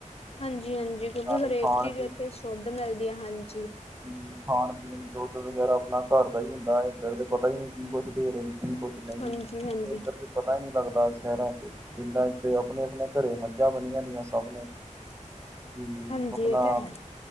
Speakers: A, on the left; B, on the right.
A: ਹਾਂਜੀ- ਹਾਂਜੀ, ਕਿਉਂਕਿ,
B: ਨਾਲੇ
A: ਹਰੇਕ
B: ਖਾਣ
A: ਚੀਜ਼ ਇੱਥੇ ਸ਼ੁੱਧ ਮਿਲਦੀ ਹੈ, ਹਾਂਜੀ।
B: ਹੂੰ। ਖਾਣ- ਪੀਣ, ਦੁੱਧ, ਵਗੈਰਾ ਆਪਣਾ ਘਰ ਦਾ ਹੀ, ਹੁੰਦਾ। ਇਏਧਰ ਦੇ ਪਤਾ ਹੀ ਨਹੀਂ, ਕੀ ਕੁੱਛ ਦੇ ਰਹੇ ਨੇ। ਕੀ ਕੁਛ
A: ਹਾਂਜੀ-ਹਾਂਜੀ-ਹਾਂਜੀ
B: ਨਹੀਂ, ਇੱਧਰ ਦੇ ਪਤਾ ਹੀ ਨਹੀਂ ਲੱਗਦਾ, ਸ਼ਹਿਰਾਂ ਚ। ਪਿੰਡਾਂ ਚ ਤੇ ਆਪਣੇ- ਆਪਣੇ, ਘਰੇ ਮੱਝਾਂ ਬਣੀਆਂ, ਦੀਆਂ ਸਭ ਨੇ।
A: <inaudible>
B: ਹੂੰ।
A: ਹਾਂਜੀ
B: ਆਪਣਾ
A: ਇਹ ਤਾਂ ਹੈ